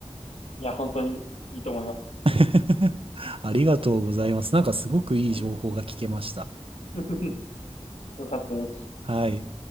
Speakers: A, on the left; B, on the right.
A: いや、本当にいいと思います。
B: <laughs> ありがとうございます。なんかすごくいい情報が聞けました。
A: はい。<laughs> よかったです。
B: はい。